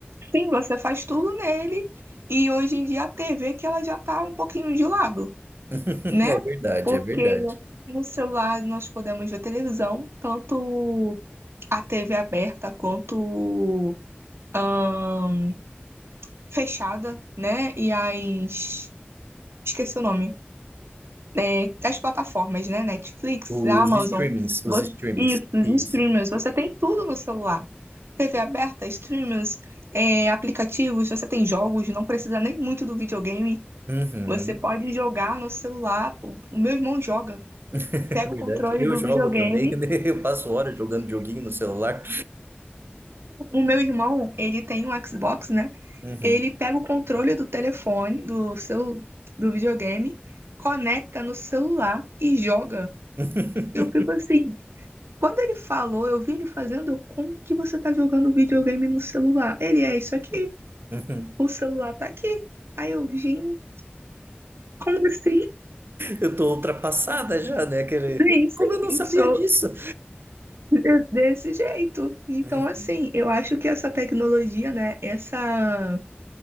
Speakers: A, on the right; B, on the right.
A: sim, você faz tudo nele. E hoje em dia a TV que ela já tá um pouquinho de lado,
B: <laughs>
A: né?
B: É verdade,
A: Porque
B: é verdade.
A: no celular nós podemos ver televisão, tanto a TV aberta quanto ahn, fechada, né? E as... Esqueci o nome. é, das plataformas, né? Netflix,
B: Os
A: Amazon,
B: streamings, os
A: você,
B: streamings.
A: isso, os
B: Isso.
A: streamers, você tem tudo no celular. TV aberta, streamers, é, aplicativos, você tem jogos, não precisa nem muito do videogame.
B: Uhum.
A: Você pode
B: <laughs>
A: jogar no celular. O, o meu irmão joga.
B: É
A: Pega
B: verdade.
A: o controle
B: Eu
A: do
B: jogo
A: videogame.
B: também, <laughs> né? Eu passo horas jogando joguinho no celular.
A: O meu irmão, ele tem um Xbox, né?
B: Uhum.
A: Ele pega o controle do telefone, do seu, do videogame, conecta no celular e joga.
B: <laughs>
A: Eu fico assim, Quando ele falou, eu vi ele fazendo, eu, como que você tá jogando videogame no celular? Ele é isso aqui,
B: Uhum.
A: o celular tá aqui. Aí eu, gente, como assim?
B: Eu tô ultrapassada já, né? Aquele...
A: Sim, sim,
B: Como eu não sabia
A: sou
B: disso?
A: de- desse jeito. Então,
B: Uhum,
A: assim, eu acho que essa tecnologia, né, essa,